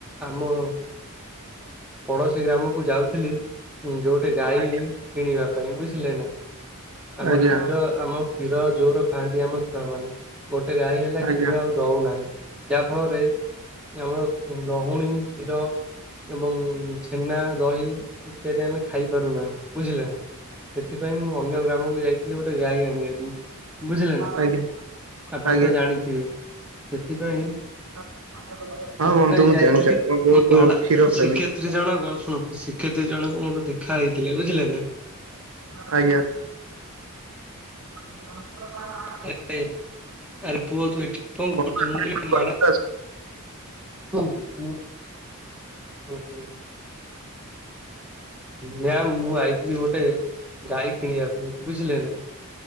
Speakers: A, in the centre; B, on the right.
A: ଆମ ପଡ଼ୋଶୀ ଗ୍ରାମକୁ ଯାଉଥିଲି। ଗୋଟେ ଗାଈ
B: ଆଜ୍ଞା
A: କିଣିବା ପାଇଁ ବୁଝିଲେ ନା। ଆମର
B: ଆଜ୍ଞା
A: କ୍ଷୀର ଆମ କ୍ଷୀର ଜୋରେ ଖାଆନ୍ତି ଆମ ମାନେ, ଗୋଟେ ଗାଈ ହେଲା
B: ଆଜ୍ଞା
A: କ୍ଷୀର ଆ ଦଉ ନାହିଁ, ଯାହା ଫଳରେ ଆମର ହୁଣୀ, କ୍ଷୀର ଏବଂ ଛେନା, ଦହି ଇତ୍ୟାଦି ଆମେ ଖାଇ ପାରୁନାହୁଁ ବୁଝିଲେ ନା। ସେଥିପାଇଁ ମୁଁ ଅନ୍ୟ ଗ୍ରାମକୁ ଯାଇଥିଲି, ଗୋଟେ ଗାଈ ଆଣି--କୁ। ବୁଝିଲେ ନା,
B: ଆଜ୍ଞା
A: ଆପଣ
B: ଆଜ୍ଞା।
A: ତ ଜାଣିଥିବେ। ସେଥିପାଇଁ
B: <inaudible>
A: ସେଥିପାଇଁ
B: ହଁ ବନ୍ଧୁ ମୁଁ
A: ଯାଇଥିଲି
B: ଜାଣିଚି, ଆପଣ ବହୁତୁ
A: ଭାଡା
B: କ୍ଷୀର
A: ଶିକ୍ଷୟତ୍ରୀ
B: ପ୍ରେମୀ।
A: ଜଣକ ଶୁଣନ୍ତୁ, ଶି---ତ୍ରୀ ଜଣକ ମୋର ଦେଖା ହେଇଥିଲେ ବୁଝିଲେ ନା। <inaudible>
B: ଆଜ୍ଞା। <inaudible>
A: <inaudible>
B: ବନ୍ଧୁ, ଆପଣଙ୍କ କଥା
A: କୁହନ୍ତୁ ମୁଁ ହଁ ମ୍ୟାମ୍ ମୁଁ ଆଇଥିଲି ଗୋଟେ କିଣିବା ପାଇଁ ବୁଝିଲେ ନା।